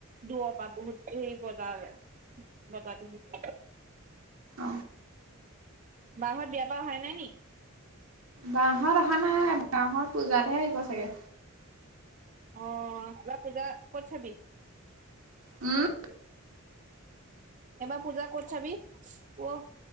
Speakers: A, on the right (about 35°); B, on the right (about 80°).
A: দূৰৰ পৰা বহুত হেৰি বজাৰ বাবাটো শুইছে
B: অ'।
A: বাহত বিয়া পা অহাই নাই নি
B: বাহঁত অহা নাই বাহঁত পূজাতহে আহিব চাগে।
A: অ এবা পূজা ক'ত চবি?
B: উম
A: এবাৰ পূজা ক'ত চাবি ওৱ